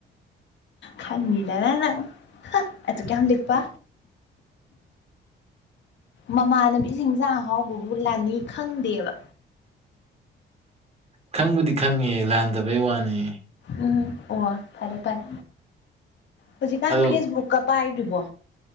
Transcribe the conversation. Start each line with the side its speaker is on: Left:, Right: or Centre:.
Left: ꯈꯪꯅꯤꯗ ꯅꯪ ꯑꯗꯨꯛ ꯌꯥꯝ ꯂꯤꯛꯄ ꯃꯃꯥꯟꯅꯕꯤꯁꯤꯡꯖꯥꯛ ꯑꯍꯥꯎꯕꯕꯨ ꯂꯥꯟꯅꯤ ꯈꯪꯗꯦꯕ
Right: ꯈꯪꯕꯨꯗꯤ ꯈꯪꯉꯦ ꯂꯥꯟꯗꯕꯩ ꯋꯥꯅꯤ
Left: ꯎꯝ ꯑꯣ ꯐꯔꯦ ꯐꯔꯦ ꯍꯧꯖꯤꯛꯀꯥꯟ
Right: ꯑꯗꯣ
Left: ꯐꯦꯁꯕꯨꯛꯀ ꯄꯥꯏ꯭ꯔꯤꯕꯣ